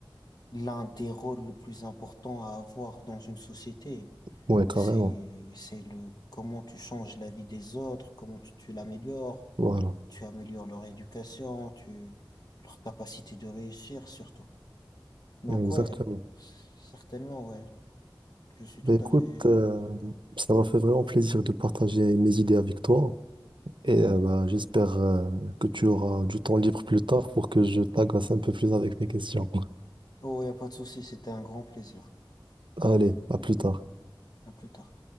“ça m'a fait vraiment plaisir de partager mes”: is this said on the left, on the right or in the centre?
Right